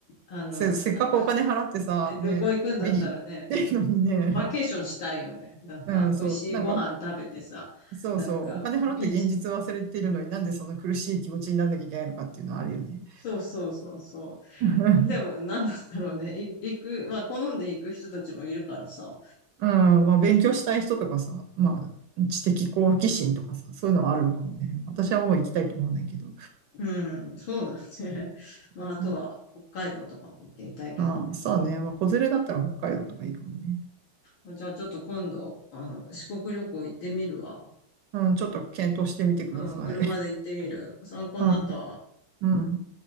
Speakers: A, on the left; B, on the right.
A: あの、
B: せ、
A: ふか
B: せっかくお金払ってさ、
A: で旅行行くんだったらね、
B: ね、旅に行ってんのにね、
A: バケーションしたいよね。なんか、
B: うん、
A: 美味しいご飯食べてさ、
B: そう、なんか、そうそう、
A: なんか、
B: お金払って現実を忘れてるのになんでそんな苦しい気持ちになんなきゃいけないのかっていうのはあるよね。
A: ビーチとか。そうそうそうそ
B: <laughs>
A: う。でも、なんだろうね。い行く、まあ、好んで行く人たちもいるからさ。
B: うん、まあ、勉強したい人とかさ、まあ、知的好奇心とかさ、そういうのはあるのかもね。私はもう行きたいと思わないけど。
A: うん、そうだね。<laughs> まあ、
B: うん
A: あとは、北海道とかも行ってみたいけどね。
B: ああ、そうね。まあ、子連れだったら北海道とかいいかもね。
A: うん。じゃあちょっと今度、あの、四国旅行行ってみるわ。
B: うん、ちょっと検討してみてください。
A: うん、車で行ってみる。参考になったわ。
B: <laughs> うん、うん。